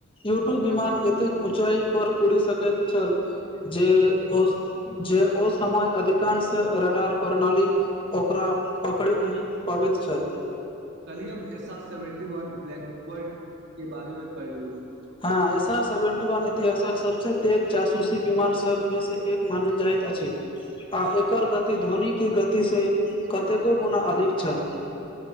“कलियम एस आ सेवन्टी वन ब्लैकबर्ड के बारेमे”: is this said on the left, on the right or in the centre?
Right